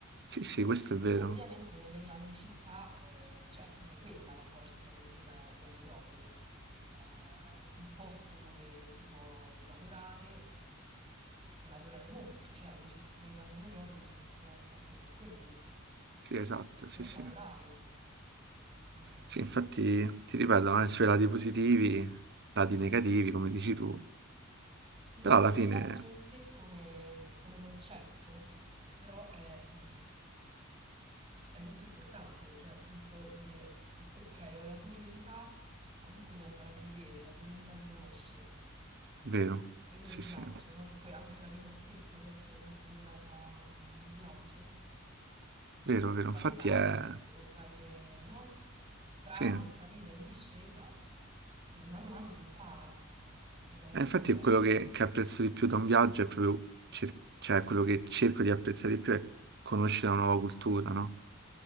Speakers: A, on the right; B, on the right.
A: Sì, sì, questo è vero.
B: Ovviamente nelle grandi città eh, cioè, è proprio quella la forza del- della, della metropoli, Eh, un posto dove si può lavorare, lavorare molto, cioè le, citt- le grandi metropoli sono un po' fatte per quello,
A: Sì, esatto,
B: per
A: sì, sì.
B: lavorare. Ehm,
A: Sì, infatti, ti ripeto, ha i suoi lati positivi, lati negativi, come dici tu.
B: diciamo
A: Però alla
B: che il
A: fine
B: viaggio
A: è
B: in sé come, come concetto però è, mm, è molto importante, cioè appunto dire ok ho la curiosità comunque di andare a vedere, la curiosità di conoscere.
A: vero.
B: quello
A: Sì,
B: è il viaggio,
A: sì.
B: no? Che poi anche la vita stessa può essere considerata un viaggio,
A: Vero, vero.
B: con varie
A: Infatti
B: tappe,
A: è...
B: con varie, no? Strade,
A: Sì.
B: in salita, in discesa, e mano a mano si impara da questo
A: Eh, infatti
B: viaggio.
A: è quello che, che apprezzo di più da un viaggio è proprio, cer- cioè quello che cerco di apprezzare di più è conoscere una nuova cultura, no?